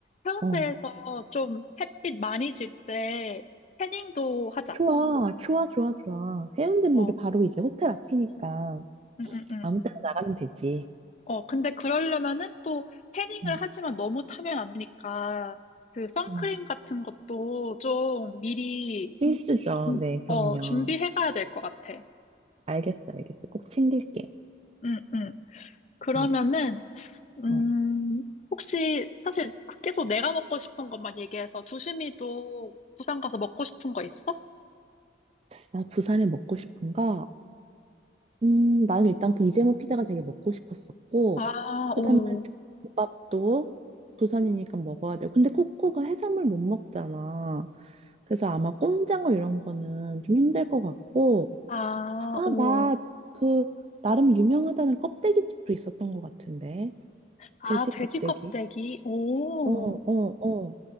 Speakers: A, on the left (about 40°); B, on the right (about 35°).
A: 해운대에서
B: 어.
A: 좀 햇빛 많이 질 때 태닝도 하자.
B: 좋아, 좋아, 좋아, 좋아. 해운대는
A: 어,
B: 우리 바로 이제 호텔 앞이니까
A: 음, 음, 음.
B: 아무 때나 나가면 되지.
A: 어, 근데 그러려면은 또 태닝을
B: 음,
A: 하지만 너무 타면 안 되니까 그 선크림
B: 음.
A: 같은 것도 좀 미리
B: 필수죠.
A: 준-
B: 네, 그럼요.
A: 어, 준비해 가야 될 것 같아.
B: 알겠어, 알겠어. 꼭 챙길게.
A: 음, 음. 그러면은
B: 음,
A: 음,
B: 어.
A: 혹시 사실 그- 계속 내가 먹고 싶은 것만 얘기해서 두심이도 부산 가서 먹고 싶은 거 있어?
B: 나 부산에 먹고 싶은 거 음, 나는 일단 그 이재모 피자가 되게 먹고 싶었었고,
A: 아,
B: 그
A: 오.
B: 다음에 국밥도 부산이니까 먹어야 돼요. 근데 코코가 해산물 못 먹잖아. 그래서 아마 꼼장어 이런 거는 좀 힘들 것 같고,
A: 아,
B: 아,
A: 오.
B: 나 그, 나름 유명하다는 껍데기집도 있었던 것 같은데.
A: 아,
B: 돼지
A: 돼지
B: 껍데기.
A: 껍데기. 오.
B: 어, 어, 어.